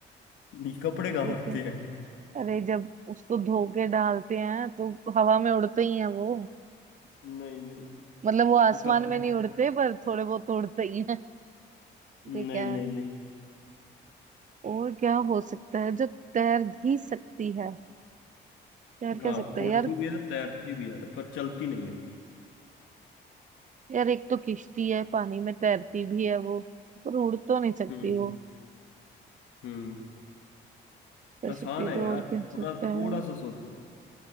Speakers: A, on the left; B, on the right.
A: नहीं कपड़े कहाँ
B: ठीक
A: उड़ते
B: है
A: हैं
B: अरे जब उसको धो के डालते हैं तो हवा में उड़ते ही हैं वो
A: नहीं नहीं
B: मतलब वो आसमान
A: कपड़े
B: में नहीं उड़ते पर थोड़े बहुत तो उड़ते ही हैं ठीक
A: नहीं
B: है
A: नहीं नहीं
B: और क्या हो सकता है जो तैर भी सकती है तैर क्या
A: हाँ
B: सकता है
A: उड़ती
B: यार
A: भी है तैरती भी है पर चलती नहीं है
B: यार एक तो किश्ती है पानी में तैरती भी है वो पर उड़ तो नहीं सकती
A: हम्म
B: वो
A: हम्म
B: तैर
A: आसान
B: सकती
A: है
B: तो
A: यार
B: और
A: थोड़ा
B: क्या हो सकता है
A: थोड़ा सा सोचो